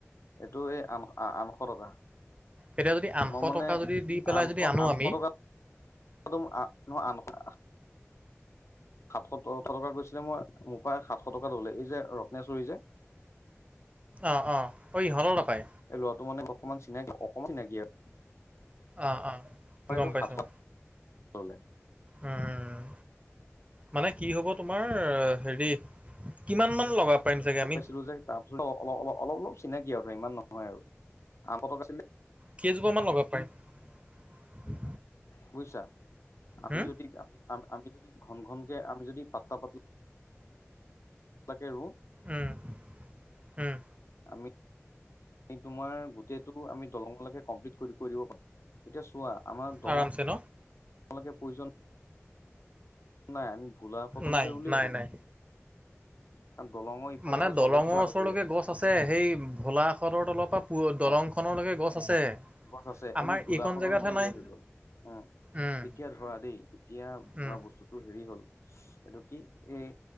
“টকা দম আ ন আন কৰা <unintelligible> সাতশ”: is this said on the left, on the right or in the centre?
Left